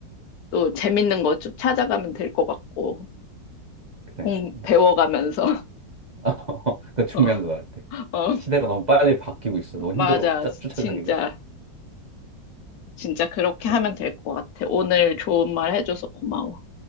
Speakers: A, on the left; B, on the right.
A: 또 재밌는 거 좀 찾아가면 될 것 같고,
B: 그래,
A: 공,
B: 맞아.
A: 배워가면서. <laughs>
B: <laughs> 그거 중요한
A: 어,
B: 것 같아.
A: 어,
B: 시대가 너무 빨리 바뀌고 있어. 너무 힘들어.
A: 맞아.
B: 짜 쫓아가기가.
A: 진짜, 진짜 그렇게
B: 그래.
A: 하면 될 것 같아. 오늘 좋은 말 해줘서 고마워.